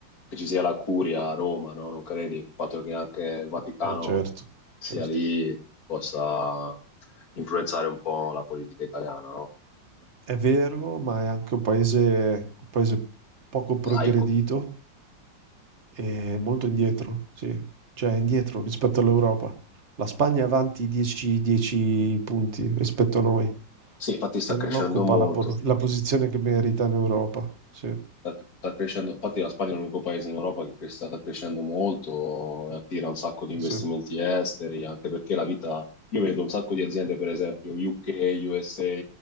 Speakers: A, on the left; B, on the right.
A: che ci sia la curia a Roma, no? Non credi? Il fatto che anche il Vaticano
B: Eh, certo,
A: sia
B: certo.
A: lì possa influenzare un po' la politica italiana, no?
B: È vero, ma è anche un paese, un paese poco progredito
A: Laico.
B: È molto indietro, sì, cioè è indietro rispetto all'Europa. La Spagna è avanti 10, 10 punti rispetto a noi
A: Sì, infatti sta
B: e
A: crescendo
B: non occupa
A: molto.
B: la, po- la posizione che merita in Europa. Sì,
A: Sta, sta crescendo, infatti la Spagna è l'unico paese in Europa che sta, sta crescendo molto, e attira un sacco di investimenti
B: sì.
A: esteri, anche perché la vita... Io vedo un sacco di aziende, per esempio, UK, USA